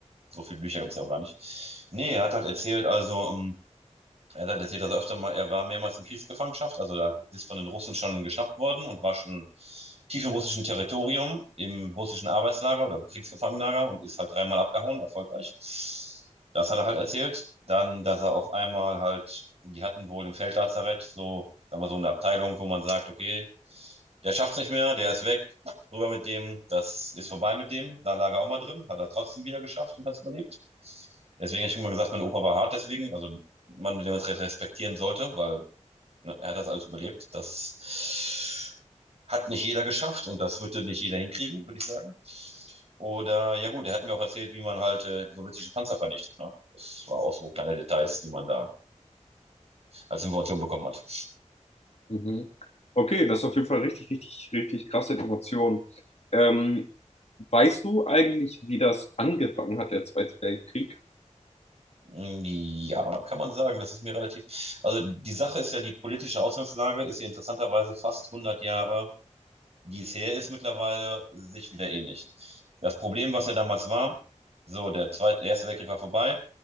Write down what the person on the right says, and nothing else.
so viele Bücher gibt es ja auch gar nicht. Nee, er hat halt erzählt, also ähm, er sagt, er sieht also öfter mal, er war mehrmals in Kriegsgefangenschaft, also da ist von den Russen schon geschnappt worden und war schon tief im russischen Territorium, im russischen Arbeitslager oder im Kriegsgefangenenlager und ist halt dreimal abgehauen, erfolgreich. Das hat er halt erzählt. Dann, dass er auch einmal halt, die hatten wohl im Feldlazarett so, sagen wir so eine Abteilung, wo man sagt, okay, der schafft's nicht mehr, der ist weg, rüber mit dem, das ist vorbei mit dem. Da lag er auch mal drin, hat er trotzdem wieder geschafft und hat's überlebt. Deswegen habe ich immer gesagt, mein Opa war hart, deswegen, also man den respektieren sollte, weil ne, er hat das alles überlebt. Das hat nicht jeder geschafft und das würde nicht jeder hinkriegen, würde ich sagen. Oder, ja gut, er hat mir auch erzählt, wie man halt äh, sowjetische Panzer vernichtet. Ne? Das war auch so kleine Details, die man da als Information bekommen hat.
Mm, Ja, kann man sagen, das ist mir relativ. Also die Sache ist ja, die politische Ausgangslage ist ja interessanterweise fast 100 Jahre wie es her ist mittlerweile, sich wieder ähnlich. Das Problem, was ja damals war, so, der zweite, der erste Weltkrieg war vorbei.